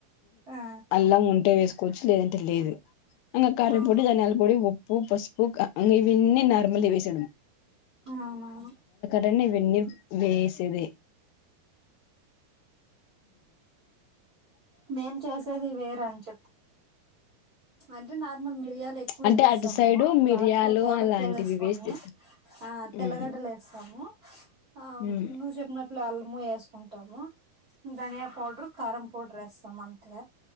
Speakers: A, on the right; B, on the left.
A: ఆ
B: అల్లా ఉంటే వేసుకోవచ్చు లేదంటే లేదు ఇకా కారంపొడి
A: అవును
B: ధనియాల పొడి ఉప్పు పసుపు ఇన్న నార్ల్ ఇవన్నీ నార్మల్ వేసేదానికి
A: అవునవును
B: న్న విన్న వేసది
A: మేం చేసేది వేర అంచ అంతే మిరియాలు పౌడర్ ఎక్కువ
B: అంటే
A: వేసేస్తాము
B: అటు సైడు మిరియాలు
A: లాస్ట్ లో
B: అలాంటివి
A: వేసుకోము
B: వేసి చేస్తారు
A: ఆ తెల్ల
B: ఉమ్
A: గడ్డలు వేస్తాము ఆ
B: ఉమ్
A: నువ్వు చెప్పినట్టు అల్ము వేసుకుంటాము ధనియా పౌడర్ కారం పౌడర్ వేస్తాం అంతే